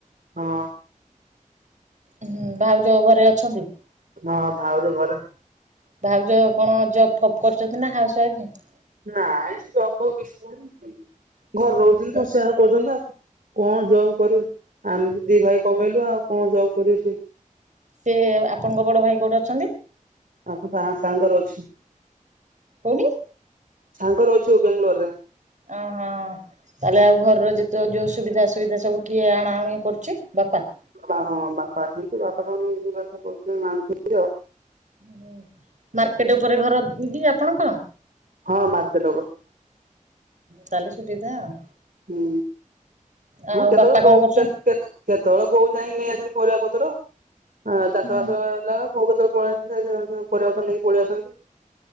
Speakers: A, on the right; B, on the right.
A: ହଁ।
B: ହୁଁ ଭାଉଜ ଘରେ ଅଛନ୍ତି?
A: ହଁ ଭାଉଜ ଘରେ।
B: ଭାଉଜ କଣ ଜବ୍ ଫବ କରୁଚନ୍ତି ନା ହାଉସୱାଇଫ୍?
A: ନାଇଁ ସେ ଜବ ଫବ୍ କିଛି କରୁନି
B: ହୁଁ
A: ଘରେ ରହୁଚନ୍ତି ରୋଷେଇ ବାସ କରୁଚନ୍ତି ଆଉ କଣ। କଣ ଜବ୍ କରିବେ ଆମେ ତ ଦି ଭାଇ କମେଇଲୁ ଆଉ କଣ ଜବ୍ କରିବ ସିଏ?
B: ସେ ଆପଣଙ୍କ ବଡ଼ ଭାଇ କୋଉଠି ଅଛନ୍ତି?
A: <unintelligible> ସାଙ୍ଗରେ ଅଛି।
B: କୋଉଠି?
A: ସାଙ୍ଗରେ ଅଛୁ ବେଙ୍ଗଲୋରରେ।
B: ଅ ହଁ। ତାହେଲେ ଆଉ ଘରର ଯେତେ ଯୋଉ ସୁବିଧା ଅସୁବିଧା ସବୁ କିଏ ଆଣାଆଣି କରୁଛି ବାପା।
A: ବା ହଁ ବାପା ଅଛନ୍ତି ବାପା ବାପା ସବୁ ନେଇକି ଯିବା ଆସିବା <unintelligible> ମାଆ ଙ୍କୁ ଆଉ
B: ହୁ ମାର୍କେଟ ଉପରେ ଘର କି ଆପଣଙ୍କର?
A: ହଁ ମାର୍କେଟ ଉପରେ।
B: ତାଲେ ସୁବିଧା ଆଉ
A: ହୁଁ
B: ଆଉ
A: ହଁ କେତେବେଳେ
B: ବାପା
A: ବୋଉ
B: କଣ କରୁଛନ୍ତି?
A: କେତେ କେତେ କେତେବେଳେ ବୋଉ ଯାଇକି ନେଇ ଆସନ୍ତି ପରିବାପତ୍ର ଆ ଚାଷ
B: ହୁଁ
A: ବାସ ହେଲା। ବୋଉ କେତେଳେ ପଳେଇ ଆସନ୍ତି ପରିବାପତ୍ର ନେଇକି ପଳେଇଆସନ୍ତି।